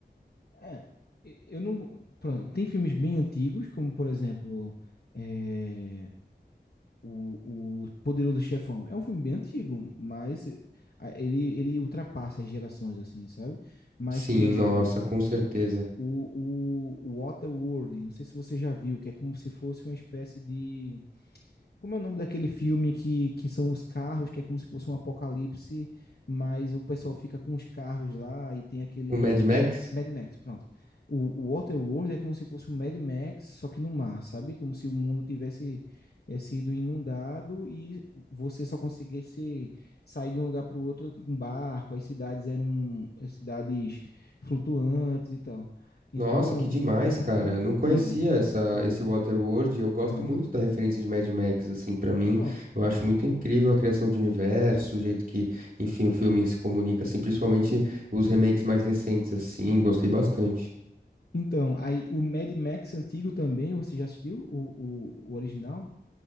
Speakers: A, on the left; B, on the right.
A: É, e- eu não. pronto, tem filmes bem antigos, como, por exemplo. é, o, o Poderoso Chefão. É um filme bem antigo, mas a- ele, ele ultrapassa as gerações, assim, sabe? Mas,
B: Sim,
A: por exemplo,
B: nossa, com certeza.
A: o, o, o Waterworld, não sei se você já viu, que é como se fosse uma espécie de... Como é o nome daquele filme que, que são os carros, que é como se fosse um apocalipse, mas o pessoal fica com os carros lá e tem aquele
B: O Mad Max?
A: Mad Max, pronto. O, o Waterworld é como se fosse um Mad Max, só que no mar, sabe? Como se o mundo tivesse é, sido inundado e você só conseguisse sair de um lugar para o outro com barco. As cidades eram as cidades flutuantes e tal. Então,
B: Nossa, que demais, cara.
A: é muito
B: Eu não
A: antigo
B: conhecia essa,
A: o Waterworld.
B: esse Waterworld. Eu gosto
A: É,
B: muito da referência de Mad Max, assim, pra mim.
A: pronto.
B: Eu acho muito incrível a criação de universo, o jeito que, enfim, o filme se comunica, assim, principalmente os remakes mais recentes, assim. Gostei bastante.
A: Então, aí o Mad Max antigo também, você já assistiu o, o, o original?